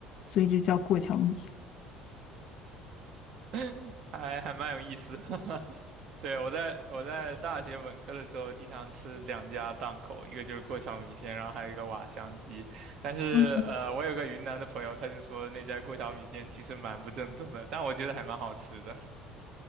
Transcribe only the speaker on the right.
<laughs> 还还蛮有意思的。<laughs> 对，我在我在大学本科的时候，经常吃两家档口，一个就是过桥米线，然后还有一个瓦香鸡。但是呃，
我有个云南的朋友，他就说那家过桥米线其实蛮不正宗的，但我觉得还蛮好吃的。